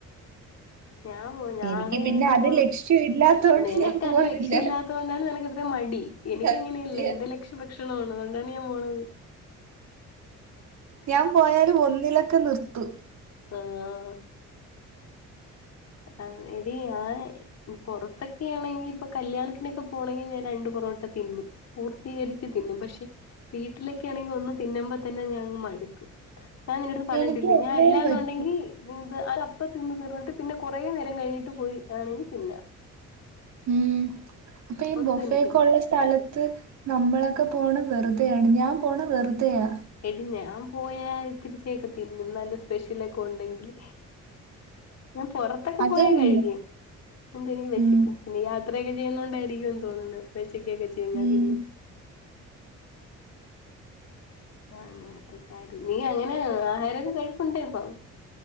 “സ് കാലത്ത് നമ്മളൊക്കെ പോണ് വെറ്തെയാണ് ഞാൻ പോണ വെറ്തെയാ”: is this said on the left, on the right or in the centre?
Right